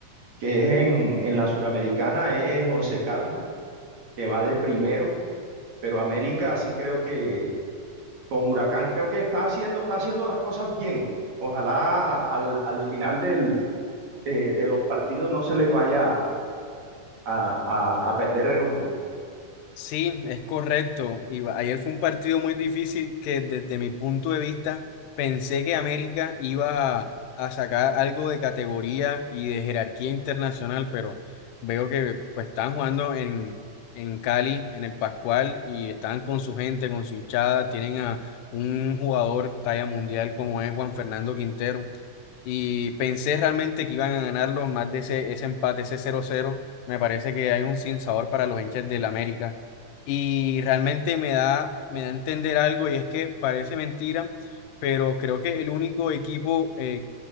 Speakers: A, on the right; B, on the left.
A: que es en, en la Suramericana, es Once Caldas, que va de primero pero América sí creo que con Huracán creo que está haciendo, está haciendo las cosas bien. Ojalá al, al final del, de, de los partidos no se les vaya a, a, a perder el rumbo.
B: Sí, es correcto. Y va- ayer fue un partido muy difícil que desde mi punto de vista pensé que América iba a, sacar algo de categoría y de jerarquía internacional, pero veo que pues están jugando en, en Cali, en el Pascual, y están con su gente, con su hinchada, tienen a un jugador talla mundial como es Juan Fernando Quintero. Y pensé realmente que iban a ganarlo más de ese, ese empate, ese cero cero Me parece que hay un sinsabor para los hinchas del América y realmente me da, me da a entender algo y es que parece mentira, pero creo que el único equipo eh,